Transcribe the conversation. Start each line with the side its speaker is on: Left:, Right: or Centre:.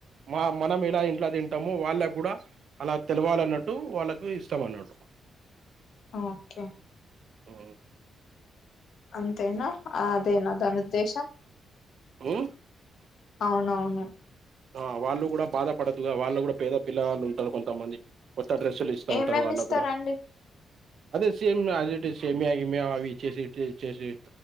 Right: మా మనం ఎలా ఇంట్లా తింటామో వాళ్ళకు కూడా అలా తెలవాలన్నట్టు వాళ్ళకు ఇష్టం కొన్నడు
Left: ఓకే
Right: ఆ
Left: అంతేనా అదేనా దాని ఉద్దేషా
Right: ఉ
Left: అవునవును
Right: ఆ వాళ్ళు కూడా బాధపడదుగా వాళ్ళు కూడా పేద పిల్లవాళ్ళు ఉంటారు కొంతమంది కొత్త డ్రెస్సులు ఇస్తా
Left: ఏమేమి
Right: ఉంటారు వాళ్ళకు
Left: ఇస్తారండి
Right: కూడా అదే సేమ్ అది ఇటు సేమియా గీమియా అవి ఇచ్చేసి ఇటు ఇచ్చేసి